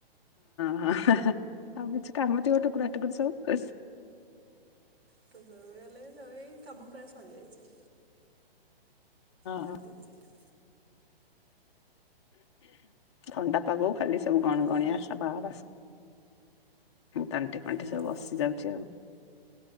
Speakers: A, on the left; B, on the right.
A: ହଁ ଆଉ କିଛି କାମ ଥିବ ଟୁକୁରାଟୁକୁଡି ସବୁ।
B: ହେଲେ ଏଇ କାମ ପ୍ରାୟ ସରିଯାଇଛି। ସାରିଦେଇଛି।
A: ହଁ। ଥଣ୍ଡା ପାଗ ଖାଲି ସବୁ ଗଣଗଣିଆ
B: ଖାଲି ଲୁ
A: ସାବା ଆବାଜ। ତାଣ୍ଟି ଫଣ୍ଟି
B: ହଁ
A: ସବୁ ବସି
B: ବା
A: ଯାଉଛି ଆଉ।